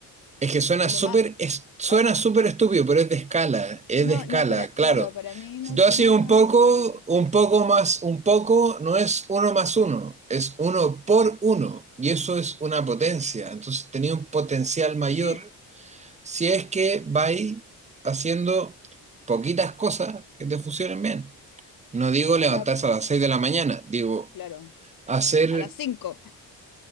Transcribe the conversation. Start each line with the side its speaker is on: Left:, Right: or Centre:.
Right: Es que suena
Left: de
Right: súper,
Left: lo más...
Right: es- suena
Left: pa-
Right: súper estúpido, pero es de escala, es
Left: no,
Right: de escala,
Left: no, para,
Right: claro.
Left: claro, para mí
Right: Si
Left: no
Right: tú
Left: suena
Right: haces un poco,
Left: estúpido.
Right: un poco más, un poco no es uno más uno, es uno por uno, y eso es una potencia. Entonces tenía un potencial mayor
Left: Sí,
Right: si es que vais haciendo poquitas cosas que te funcionen bien. No digo levantarse
Left: o sea,
Right: a las 6 de la mañana, digo
Left: claro.
Right: hacer
Left: a las cinco,